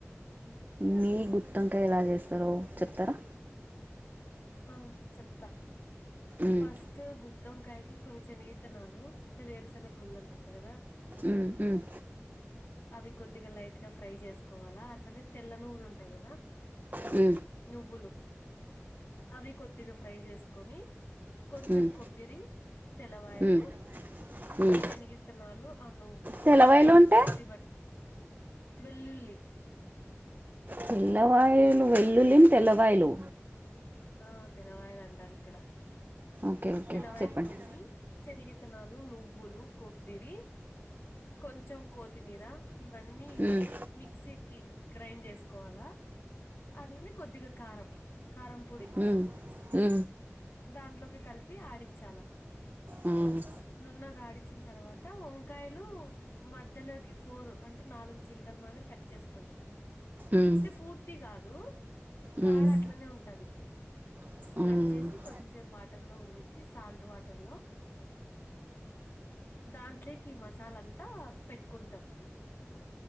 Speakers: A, on the left; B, on the right.
A: ఉమ్
B: మీ గుత్తొంకాయ్ ఎలా చేస్తారో చెప్తారా
A: ఆ చెప్తా
B: మ్మ్,
A: ఫస్ట్ గుత్త్తంకాయకి కొన్ని శనగితనాలు అంటే వేరుశెనగ గుళ్ళు అంటారు కదా
B: ఉమ్ ఉమ్
A: అవి కొద్దిగా లైట్ గా ఫ్రై చేసుకోవాలా అట్లనే తెల్ల నువ్వులు ఉంటాయి కదా
B: ఉ
A: నువ్వులు అవి కొద్దిగా ఫ్రై చేసుకొని కొంచెం
B: ఉమ్,
A: కొబ్బరి తెల్లవాయలు
B: ఉమ్, ఉమ్.
A: ఈ శనగిత్తనాలు ఆ నువ్వులు
B: తెల్లవాయిలు
A: అన్ని
B: అంటే
A: మిక్సీ పట్టుకునీ వెల్లుల్లి
B: తెల్లవాయలు వెల్లులిని తెల్లవాయలు
A: ఆ తెలవాయాల అంటారు ఇక్కడ
B: ఓకే ఓకే
A: తెలవాయలు
B: చెప్పండి
A: కొన్ని శనిగితనాలు నువ్వు నువ్వులు కొబ్బరి కొంచెం కొత్తిమీర ఇవన్నీ
B: ఉమ్,
A: మిక్సీకిి గ్రైండ్ చేసుకోవాలా అట్లనే కొద్దిగా కారం కారం పొడి
B: ఉ ఉ
A: దాంట్లోకి కలిపి ఆడించాలా
B: ఉమ్
A: నున్నగాడిచ్చిన తర్వాత వంకాయలు మధ్యలోకి ఫోర్ అంటే నాలుగు చిలికలు మాదిరి కట్ చేస్తాం
B: ఉమ్,
A: అంటే పూర్తి కాదు
B: ఉమ్,
A: కాడ అట్లనే ఉంటది
B: ఉమ్
A: కట్ చేసి కొద్దిసేపు వాటర్ లో ఉన్నిచ్చి సాల్ట్ వాటర్ లో దాంట్లోకి ఈ మసాలాంతా పెట్టుకుంటాం